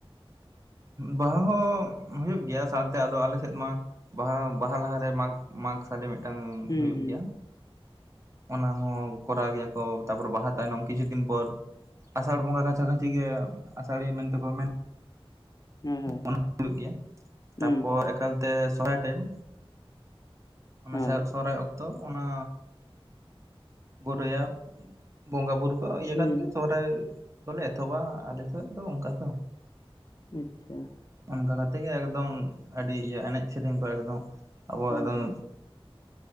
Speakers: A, on the right; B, on the left.
A: ᱵᱟᱦᱟ ᱦᱚᱸ ᱦᱩᱭᱩᱜ ᱜᱮᱭᱟ ᱥᱟᱶᱛᱮ ᱟᱫᱚ ᱟᱞᱮᱥᱮᱫ ᱢᱟ ᱵᱟᱦᱟ ᱵᱟᱦᱟ ᱞᱟᱦᱟᱨᱮ ᱢᱟᱜᱽ ᱢᱟᱜᱽ ᱥᱟᱰᱮ ᱢᱤᱫᱴᱟᱝ
B: ᱦᱩᱸ
A: ᱦᱳᱭᱳᱜ
B: ᱦᱩᱸ
A: ᱜᱮᱭᱟ ᱚᱱᱟ ᱦᱚᱸ ᱠᱚᱨᱟᱣ ᱜᱮᱭᱟ ᱠᱚ ᱛᱟᱯᱚᱨᱮ ᱵᱟᱦᱟ ᱛᱟᱭᱱᱚᱢ ᱠᱤᱪᱷᱩ ᱫᱤᱱ ᱯᱚᱨ ᱟᱥᱟᱲ ᱵᱚᱸᱜᱟ ᱠᱟᱪᱷᱟ ᱠᱟᱪᱷᱤ ᱜᱮ ᱟᱥᱟᱲᱤ ᱢᱮᱱᱛᱮ ᱠᱚ ᱢᱮᱱ
B: ᱦᱳᱭ ᱦᱳᱭ
A: ᱚᱱᱟ <inaudible> ᱦᱩᱭᱩᱜ ᱜᱮᱭᱟ
B: ᱦᱩᱸ
A: ᱛᱟᱯᱚ ᱮᱠᱟᱞᱛᱮ ᱥᱚᱨᱦᱟᱭ ᱴᱟᱭᱤᱢ ᱚᱱᱟ
B: ᱦᱳᱭ
A: ᱥᱚᱭᱚᱜ ᱥᱚᱨᱦᱟᱭ ᱚᱠᱛᱚ ᱚᱱᱟ ᱜᱚᱰᱳᱭᱟᱯ ᱵᱚᱸᱜᱟ ᱵᱩᱨᱩ ᱠᱚ ᱤᱭᱟᱹ
B: ᱦᱩᱸ
A: ᱠᱟᱛᱮᱜ ᱜᱮ ᱥᱚᱦᱚᱨᱟᱭ ᱫᱚᱞᱮ ᱮᱛᱚᱦᱚᱵᱟ ᱟᱞᱮᱥᱮᱫ ᱫᱚ ᱚᱱᱠᱟ ᱛᱚ
B: ᱟᱪᱪᱷᱟ
A: ᱚᱱᱠᱟ ᱠᱟᱛᱮ ᱜᱮ ᱮᱠᱫᱚᱢ ᱟᱹᱰᱤ ᱤᱭᱟ. ᱮᱱᱮᱡ ᱥᱮᱨᱮᱧ ᱠᱚ ᱮᱠᱫᱚᱢ ᱟᱵᱚᱣᱟᱜ
B: ᱦᱩᱸ
A: ᱮᱫᱚᱢ
B: ᱦᱩᱸ